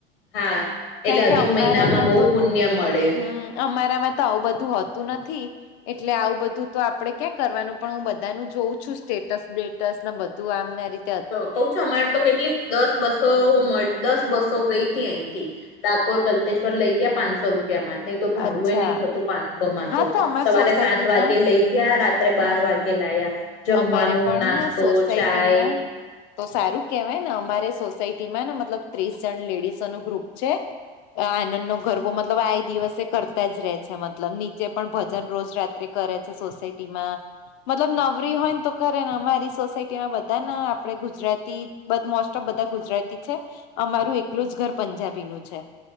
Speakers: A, on the left (about 70°); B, on the left (about 50°).
A: હા,
B: કારણ
A: એટલે
B: કે
A: અધિક
B: અમારામાં
A: મહિનામાં બઉ
B: તો
A: પુણ્ય મળે.
B: હમ અમારામાં તો આવું બધું હોતુ નથી. એટલે આવું બધું તો આપડે ક્યાં કરવાનું પણ હું બધાનું જોઉં છું, સ્ટેટસ બેટસને બધું આમ મેરી
A: તો કઉ છું, અમારે તો કેટલી દસ બસો મળ દસ બસો ગઈતી અહીંથી ડાકોર ગલ્તેશ્વર લઈ ગયા પાનસો રૂપિયામાં. નઈ તો ભાડુંય
B: અચ્છા
A: નઈ થતું પાનસોમાં
B: હા
A: તો
B: અમાર
A: સવારે
B: સોસાયટી
A: સાત વાગે
B: ને
A: લઈ ગયા રાત્રે બાર
B: હા.
A: વાગે કે લાયા, જમવાનું,
B: અમારે પણ
A: નાસ્તો,
B: ને સોસાયટીમાં
A: ચાય
B: તો સારું કેહેવાયને અમારે સોસાયટીમાં ને મતલબ ત્રીસ જન લેડીસોનું ગ્રુપ છે એ આનંદનો ગરબો મતલબ આ દિવસે કરતા જ રહે છે મતલબ, નીચે પણ ભજન રોજ રાત્રે કરે છે સોસાયટીમાં, મતલબ નવ ફ્રી હોય ન તો કરે ને અમારી સોસાયટીમાં બધાન આપડે ગુજરાતી બ મોસ્ટ ઓફ બધા ગુજરાતી છે અમારું એકલું જ ઘર પંજાબીનું છે,